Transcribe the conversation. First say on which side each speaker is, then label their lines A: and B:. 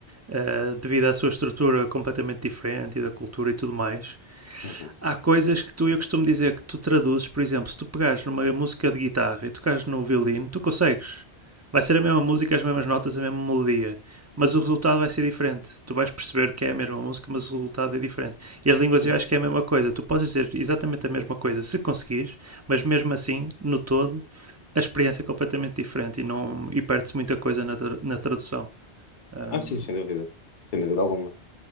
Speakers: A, on the right; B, on the left.
A: eh, devido à sua estrutura completamente diferente e da cultura e tudo mais,
B: Uhum.
A: Há coisas que tu, eu costumo dizer que tu traduzes, por exemplo, se tu pegares numa música de guitarra e tocares no violino, tu consegues. Vai ser a mesma música, as mesmas notas, a mesma melodia, mas o resultado vai ser diferente. Tu vais perceber que é a mesma música, mas o resultado é diferente. E as línguas
B: Sim.
A: eu acho que é a mesma coisa. Tu podes dizer exatamente a mesma coisa se conseguires, mas mesmo assim, no todo, a experiência é completamente diferente e, não- e perde-se muita coisa na, tra- na tradução. Ahm,
B: Ah, sim, sem dúvida. Sem dúvida alguma.